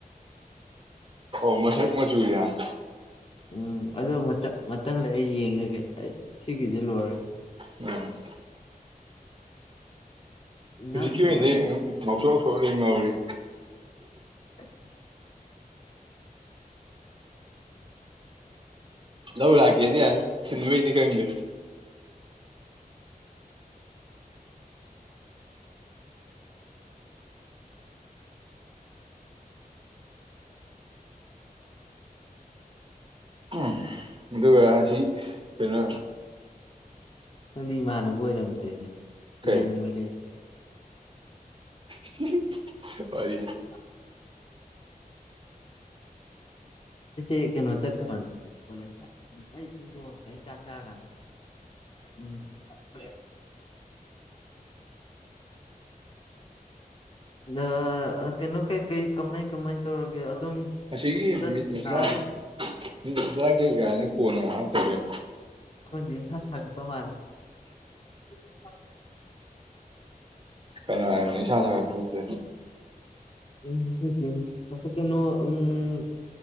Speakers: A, on the right; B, on the left.
A: ꯑꯣ ꯃꯁꯛ ꯃꯆꯎ ꯌꯥ <unintelligible>
B: ꯎꯝ ꯑꯗꯣ ꯃꯊꯪꯗ ꯑꯩ ꯌꯦꯡꯉꯒꯦ ꯑꯩ ꯁꯤꯒꯤꯁꯤ ꯂꯣꯏꯔꯒ
A: ꯎꯝ
B: ꯏꯟꯖꯥꯡꯗꯤ
A: ꯍꯧꯖꯤꯛꯀꯤ ꯑꯣꯏꯅꯗꯤ
B: ꯂꯣꯏꯔꯦ
A: ꯑꯨꯝ ꯉꯧꯁꯣꯛ ꯉꯧꯁꯣꯛꯂꯣꯏ ꯉꯧꯔꯤ
B: unintelligible <unintelligible>
A: ꯂꯧ ꯂꯥꯛꯀꯦꯗꯤ ꯌꯥꯅꯤ ꯊꯤꯟꯕꯩꯗꯤ ꯈꯪꯗꯦ ꯎꯝ ꯑꯗꯨꯒ ꯑꯁꯤ ꯀꯩꯅꯣ
B: ꯅꯪꯗꯤ ꯏꯃꯥꯟꯅꯕ ꯑꯣꯏꯔꯝꯗ꯭ꯔꯦꯅꯦ
A: ꯀꯩ
B: ꯂꯤꯟ ꯑꯣꯏ ꯂꯩꯔꯝꯃꯦ
A: ꯑꯪ ꯍꯨꯡ ꯋꯥꯔꯤꯗꯤ
B: UNINTELLIGIBLE ꯀꯩꯅꯩꯅꯣ ꯆꯠꯈꯗꯧꯅꯦ ꯀꯣꯂꯦꯁꯇ ꯎꯝ ꯑꯩ ꯐꯦꯡꯗꯣꯛꯑꯒꯦ ꯑꯩ ꯆꯥꯛ ꯆꯔꯀꯥꯟꯗ UNINTELLIGIBLE ꯗꯥ ꯑꯥ ꯀꯩꯅꯣ ꯀꯩ ꯀꯩ ꯀꯃꯥꯏ ꯀꯃꯥꯏ ꯇꯧꯔꯒꯦ ꯑꯗꯨꯝ
A: ꯑꯁꯤꯒꯤ
B: ꯆꯠꯄ
A: ꯃꯤꯠ ꯃꯁꯂꯥ
B: ꯅꯥꯔꯦ
A: ꯃꯤꯠ ꯃꯁꯂꯥ ꯀꯩꯒꯥꯅ ꯀꯣꯟꯅ ꯑꯃꯨꯛ ꯍꯥꯞꯇꯣꯏꯔꯥ
B: ꯈꯪ ꯁꯥ ꯁꯥꯒꯠꯄ ꯃꯥꯜꯂꯦ unintelligible <unintelligible>
A: ꯀꯅꯥ ꯍꯥꯏꯅꯣ ꯏꯁꯥ ꯁꯥꯒꯠꯄ ꯀꯧꯗꯦ <unintelligible>
B: ꯎꯝ ꯑ ꯎꯝ ꯀꯄꯀꯩꯅꯣ ꯎꯝ <unintelligible>